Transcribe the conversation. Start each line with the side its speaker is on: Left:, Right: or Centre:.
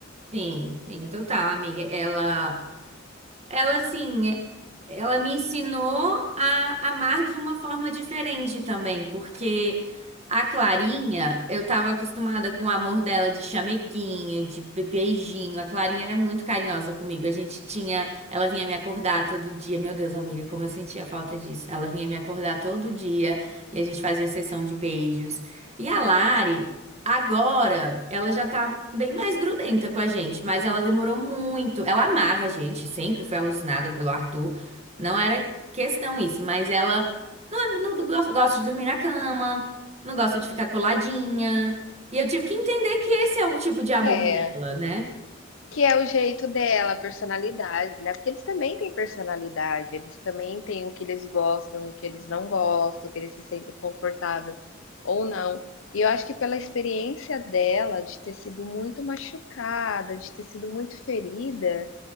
Right: sim, sim, total, amiga. Ela Ela, assim, ela me ensinou a amar de uma forma diferente também, porque a Clarinha, eu tava acostumada com o amor dela de chameguinha, de be- beijinho. A Clarinha era muito carinhosa comigo. A gente tinha, ela vinha me acordar todo dia. Meu Deus, amiga, como eu sentia falta disso. Ela vinha me acordar todo dia e a gente fazia sessão de beijos. E a Lari Agora, ela já tá bem mais grudenta com a gente, mas ela demorou muito. Ela amava a gente, sempre foi alucinada pelo Arthur. Não era questão isso, mas ela não, não go- gosta de dormir na cama, não gosta de ficar coladinha. E eu tive que entender que esse é o tipo de amor
Left: É.
Right: dela, né?
Left: Que é o jeito dela, a personalidade, né, porque eles também têm personalidade, eles também têm o que eles gostam, o que eles não gostam, o que eles se sentem confortável ou não. E eu acho que pela experiência dela de ter sido muito machucada, de ter sido muito ferida,